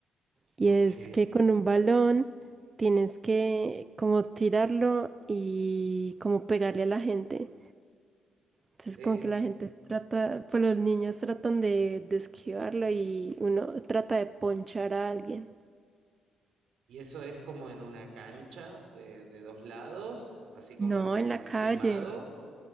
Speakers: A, on the right (about 30°); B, on the right (about 75°).
A: y
B: Ok.
A: es que con un balón tienes que como tirarlo y como pegarle a la gente. Entonces
B: Eh,
A: como que la gente trata, pues los niños tratan de, de esquivarlo y uno trata de ponchar a alguien.
B: Y eso es como en una cancha de, de dos lados, así como,
A: No,
B: como
A: en la
B: el
A: calle,
B: quemado.